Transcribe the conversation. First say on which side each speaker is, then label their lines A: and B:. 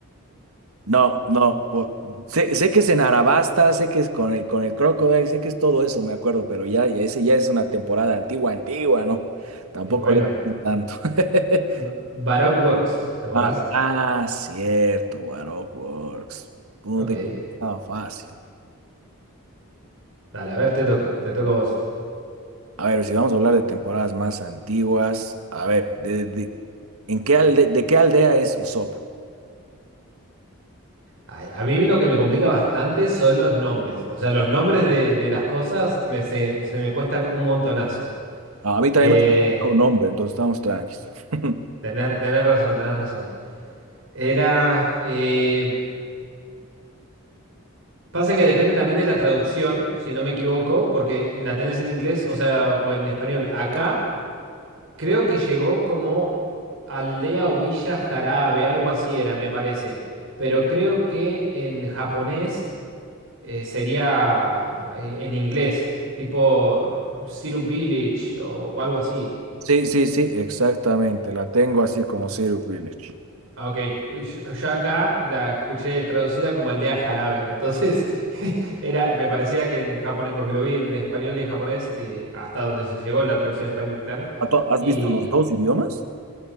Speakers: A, on the right (about 80°); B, on the right (about 65°).
A: No, no. po- Sé, sé que es en Arabasta, sé que es con el, con el Crocodile, sé que es todo eso, me acuerdo, pero ya, ya ese ya es una temporada antigua, antigua, ¿no? Tampoco
B: y bueno.
A: le sé tanto. <laughs>
B: Ba- Baroque Works, ¿te acordás?
A: Ah, ah, cierto, Baroque Works. Puta,
B: Ok.
A: estaba fácil.
B: Dale, a ver, te toca, te toca a vos.
A: A ver, si vamos a hablar de temporadas más antiguas, a ver, de, de- ¿en qué alde- de qué aldea es Usopp?
B: Ay, A mí lo que me complica bastante son los nombres. O sea, los nombres de, de las cosas me, se, se me cuestan un montonazo.
A: Ah, a mí
B: Eh,
A: también me ha dado un nombre, entonces estamos tranquilos. <laughs>
B: tener, tener razón, tener razón. Era... eh, pasa que depende también de la traducción, si no me equivoco, porque la tenés en inglés, o sea, o en español. Acá creo que llegó como aldea o villa jarabe, algo así era, me parece. Pero creo que en japonés... eh, sería eh, en inglés, tipo Syrup Village o, o algo así.
A: Sí, sí, sí, exactamente, la tengo así como Zero Village.
B: Ah, Ok, yo yo acá la escuché traducida como aldea jarabe, entonces <laughs> era, me parecía que en japonés, porque lo vi en español y en japonés, eh, hasta donde se llegó la traducción en español, claro.
A: ¿A to- ¿Has
B: Y
A: visto los dos idiomas?